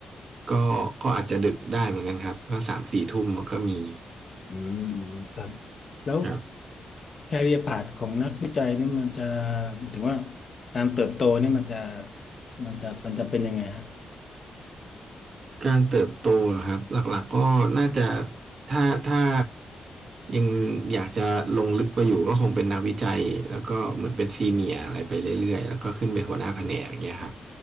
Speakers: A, on the right; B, on the left.
A: ก็ก็อาจจะดึกได้เหมือนกันครับก็สามสี่ทุ่มมันก็มี
B: อืมอืมครับแล้ว
A: ครับ
B: แคเรียร์พาธของนักวิจัยนี่มันจะหมายถึงว่าการเติบโตนี่มันจะมันจะมันจะเป็นยังไงฮะ
A: การเติบโตเหรอครับหลักๆก็น่าจะถ้าถ้ายังอยากจะลงลึกไปอยู่ก็คงเป็นนักวิจัยแล้วก็เหมือนเป็นซีเมียร์อะไรไปเรื่อยๆแล้วก็ขึ้นเป็นหัวหน้าแผนกอย่างเงี้ยครับ